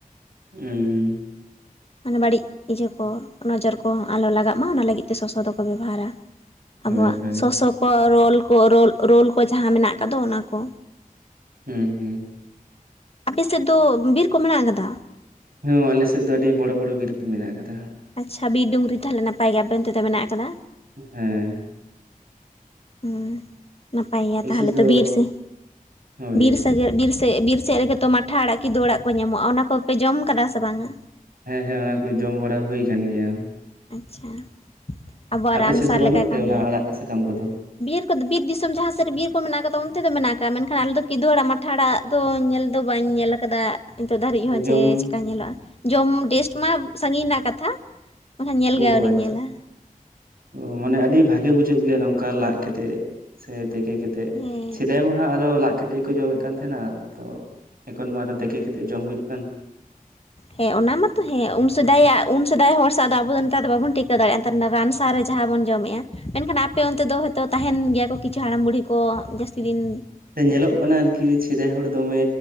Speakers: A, on the right; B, on the left.
A: ᱦᱩᱸ᱾
B: ᱢᱟᱱᱮ ᱵᱟᱲᱤᱡ ᱤᱭᱟᱹ ᱠᱚ ᱱᱚᱡᱚᱨ ᱠᱚ ᱟᱞᱚ ᱞᱟᱜᱟᱜ ᱢᱟ ᱚᱱᱟ ᱞᱟᱹᱜᱤᱫ ᱛᱮ ᱥᱚᱥᱚ ᱫᱚᱠᱚ ᱵᱮᱵᱚᱦᱟᱨᱟ,
A: ᱦᱳᱭ
B: ᱟᱵᱚᱣᱟᱜ
A: ᱦᱳᱭ
B: ᱥᱚᱥᱚ ᱠᱚ ᱨᱳᱞ ᱠᱚ ᱨᱳᱞ ᱨᱳᱞ ᱠᱚ ᱡᱟᱦᱟᱸ ᱢᱮᱱᱟᱜ ᱟᱠᱟᱫ ᱫᱚ ᱚᱱᱟ ᱠᱚ᱾
A: ᱦᱮᱸ ᱦᱩᱸ᱾
B: ᱟᱯᱮ ᱥᱮᱫ ᱫᱚ ᱵᱤᱨ ᱠᱚ ᱢᱮᱱᱟᱜ ᱟᱠᱟᱫᱟ?
A: ᱦᱚᱸ ᱟᱞᱮ ᱥᱮᱫ ᱫᱚ ᱟᱹᱰᱤ ᱵᱚᱲᱚ ᱵᱚᱲᱚ ᱵᱤᱨ ᱠᱚ ᱢᱮᱱᱟᱜ ᱟᱠᱟᱫᱟ᱾
B: ᱟᱪᱪᱷᱟ ᱵᱤᱨ ᱰᱩᱝᱨᱤ ᱛᱟᱦᱚᱞᱮ ᱱᱟᱯᱟᱭ ᱜᱮ ᱟᱯᱮ ᱚᱱᱛᱮ ᱫᱚ ᱢᱮᱱᱟᱜ ᱟᱠᱟᱫᱟ?
A: ᱦᱮᱸ᱾
B: ᱩᱸ ᱱᱟᱯᱟᱭ ᱜᱮᱭᱟ
A: ᱟᱞᱮ
B: ᱛᱟᱦᱚᱞᱮ
A: ᱥᱮᱫ ᱫᱚ
B: ᱛᱚ ᱵᱤᱨ ᱥᱮ
A: ᱦᱳᱭ
B: ᱵᱤᱨ ᱥᱟᱜᱮ ᱵᱤᱨ ᱪᱮᱜ ᱵᱤᱨ ᱥᱮᱫ ᱨᱮᱜᱮ ᱛᱚ ᱢᱟᱴᱷᱟ ᱟᱲᱟᱜ ᱠᱤᱫᱩᱜ ᱟᱲᱟᱜ ᱠᱚ ᱧᱟᱢᱚᱜ-ᱟ ᱚᱱᱟ ᱠᱚᱯᱮ ᱡᱚᱢ ᱠᱟᱫᱟ ᱥᱮ ᱵᱟᱝ-ᱟ?
A: ᱦᱮᱸ ᱦᱮᱸ ᱚᱱᱟ ᱠᱚ ᱡᱚᱢ ᱵᱟᱲᱟ ᱦᱩᱭ ᱠᱟᱱ ᱜᱮᱭᱟ᱾
B: ᱟᱪᱪᱷᱟ ᱟᱵᱚᱣᱟᱜ
A: ᱟᱯᱮ
B: ᱨᱟᱱ
A: ᱥᱮᱫ
B: ᱥᱟᱨ
A: ᱫᱚ ᱵᱟᱹᱱᱩᱜ
B: ᱞᱮᱠᱟᱭ
A: ᱛᱮ
B: ᱠᱟᱹᱢᱤᱭᱟ
A: ᱟᱲᱟᱜ
B: ᱚᱱᱟ ᱫᱚ᱾
A: ᱥᱟᱠᱟᱢ ᱠᱚᱫᱚ
B: ᱵᱤᱨ ᱠᱚᱫᱚ ᱵᱤᱨ ᱫᱤᱥᱚᱢ ᱡᱟᱦᱟᱸ ᱥᱮᱫ ᱨᱮ ᱵᱤᱨ ᱠᱚ ᱢᱮᱱᱟᱜ ᱟᱠᱟᱫᱟ ᱚᱱᱛᱮ ᱫᱚ ᱢᱮᱱᱟᱜ ᱟᱠᱟᱜ-ᱟ ᱢᱮᱱᱠᱷᱟᱱ ᱟᱞᱮ ᱫᱚ ᱠᱤᱫᱩᱜ ᱟᱲᱟᱜ ᱢᱟᱴᱷᱟ ᱟᱲᱟᱜ ᱫᱚ ᱧᱮᱞ ᱫᱚ ᱵᱟᱹᱧ ᱧᱮᱞ ᱟᱠᱟᱫᱟ᱾ ᱱᱤᱛᱚᱜ ᱫᱷᱟᱹᱨᱤᱡ ᱦᱚᱸ
A: ᱡᱚᱢ
B: ᱡᱮ ᱪᱮᱫ ᱠᱟ ᱧᱮᱞᱚᱜ-ᱟ ᱡᱚᱢ ᱴᱮᱥᱴ ᱢᱟ ᱥᱟᱺᱜᱤᱧ ᱨᱮᱱᱟᱜ ᱠᱟᱛᱷᱟ᱾ ᱚᱱᱟ ᱧᱮᱞ
A: ᱳ
B: ᱜᱮ ᱟᱹᱣᱨᱤᱧ
A: ᱟᱪᱪᱷᱟ
B: ᱧᱮᱞᱟ᱾
A: ᱚ ᱟᱹᱰᱤ ᱵᱷᱟᱜᱤ ᱵᱩᱡᱷᱟᱹᱜ ᱜᱮᱭᱟ ᱱᱚᱝᱠᱟ ᱞᱟᱫ ᱠᱟᱛᱮᱜ ᱥᱮ ᱛᱤᱠᱤ ᱠᱟᱛᱮᱜ,
B: ᱦᱮᱸ
A: ᱥᱮᱫᱟᱭ ᱢᱟ ᱦᱟᱸ ᱟᱫᱚ ᱞᱟᱫ ᱠᱮᱛᱮᱫ ᱜᱮᱠᱚ ᱡᱚᱢᱮᱫ ᱠᱟᱱ ᱛᱟᱦᱮᱱᱟ ᱛᱚ ᱮᱠᱷᱚᱱ ᱢᱟ ᱟᱨᱦᱚᱸ ᱛᱮᱠᱤ ᱠᱟᱛᱮᱫ ᱡᱚᱢ ᱦᱩᱭᱩᱜ ᱠᱟᱱ᱾
B: ᱦᱮᱸ ᱚᱱᱟ ᱢᱟᱛᱚ ᱦᱮᱸ ᱩᱱ ᱥᱮᱫᱟᱭᱟᱜ ᱩᱱ ᱥᱮᱫᱟᱭ ᱦᱚᱲ ᱥᱟᱶ ᱫᱚ ᱟᱵᱚ ᱫᱚ ᱱᱮᱛᱟᱨ ᱫᱚ ᱵᱟᱵᱚᱱ ᱴᱮᱠᱟᱣ ᱫᱟᱲᱮᱭᱟᱜᱼᱟ। ᱚᱱᱟ ᱨᱟᱱ ᱥᱟᱨ ᱨᱮ ᱡᱟᱦᱟᱸ ᱵᱚᱱ ᱡᱚᱢᱮᱫᱼᱟ ᱢᱮᱱᱠᱷᱟᱱ ᱟᱯ ᱟᱯᱮ ᱚᱱᱛᱮ ᱫᱚ ᱦᱳᱭᱛᱚ ᱛᱟᱦᱮᱱ ᱜᱮᱭᱟ ᱠᱚ ᱠᱤᱪᱷᱩ ᱦᱟᱲᱟᱢ ᱵᱩᱲᱦᱤ ᱠᱚ ᱡᱟᱹᱥᱛᱤ ᱫᱤᱱ?
A: ᱥᱮ ᱧᱮᱞᱚᱜ ᱠᱟᱱᱟ ᱟᱨᱠᱤ ᱥᱮᱫᱟᱭ ᱦᱚᱲ ᱫᱚᱢᱮ